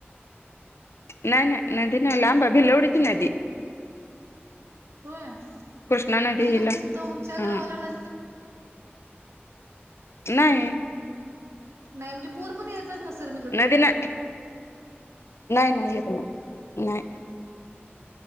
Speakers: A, on the left; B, on the right.
A: नाही नाही नदी ना लांबा बल उडीची नदी
B: होय म्हणजे
A: कृष्णा नदी हिला
B: तुम तुमच्या
A: हा
B: गावाला न
A: नाही
B: नाही म्हणजे पूर पण येतच नसे मी
A: नदी नाही नाही नाही येत नाही नाही